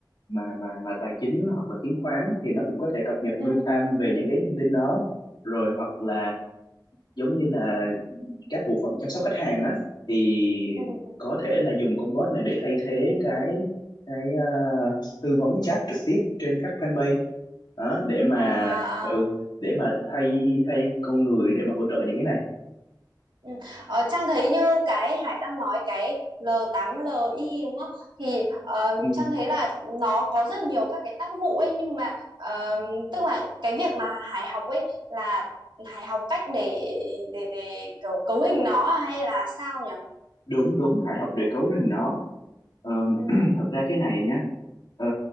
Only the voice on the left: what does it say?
mà mà mà tài chính hoặc là chứng khoán thì nó cũng có thể cập nhật
real time về những cái thông tin đó rồi hoặc là giống như là các bộ phận chăm sóc khách hàng á thì
có thể là dùng con bot này để thay thế cái cái ờ, tư vấn chat trực tiếp trên các fanpage đó để mà
ừ, để mà thay thay con người để mà hỗ trợ những cái này
Ừ.
đúng đúng phải học để cấu lên nó
Ờ,
<clears throat> thật ra cái này nhá ờ,